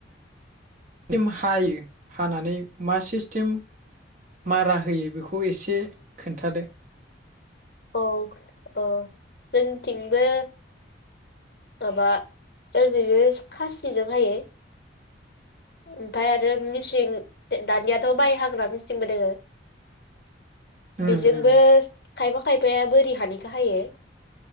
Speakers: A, on the right (about 45°); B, on the left (about 60°).
A: सिम हायो हानानै मा सिस्टेम मारा होयो बेखौ एसे खोन्थादो
B: औ अ जोंथिंबो माबा ओरैनो खासिजोंहायो ओमफाय आरो मिसिं दानियाथ माइ हाग्रा मिसिंबो दोङो।
A: उम
B: बेजोंबो
A: उम
B: खायफा खायफाया बोरि हानिखाे हायो